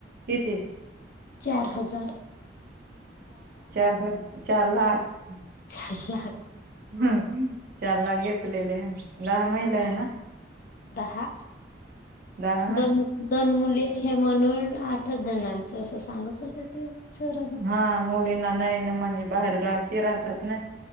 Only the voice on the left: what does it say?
चार हजांर
चार लाख
दहा
दोन दोन मुली हे म्हणूंन आठचं जणांचं असं सांगतं होते ते सरांनी.